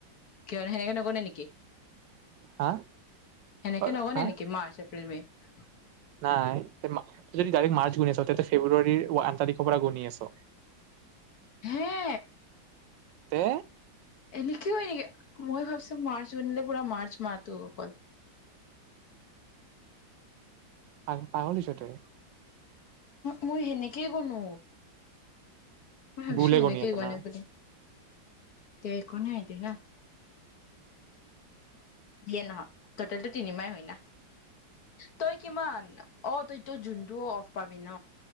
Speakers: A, on the left; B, on the right.
A: ক সেনেকে নকনে নেকি
B: হা
A: এনেকে
B: অ,
A: নবনে
B: হা
A: নেকি মাৰ্চ এপ্ৰিল এপ্ৰিল মে
B: নাই যদি ডাইৰেক মাৰ্চ গুনি আছ তেনে ফেব্ৰুৱাৰী আঠ তাৰিখৰ পৰা গুণি আছ
A: হে
B: তে
A: এনেকে হয় নেকি মই ভাবছো মাৰ্চ বনিলে পুৰা মাৰ্চ মাতো অকল
B: হয় পাগল হৈছ ত তই
A: মই সেনেকেই কনো মই ভাবিছো
B: ভুলে
A: এনেকেই
B: গুনি আছ
A: গনে
B: না
A: বুলি তে এক নে আহিলী না দিয়ে নহয় টটেলটো তিনিমাই হয় না তই কিমান অ তইটো জুনটো অফ পাবি ন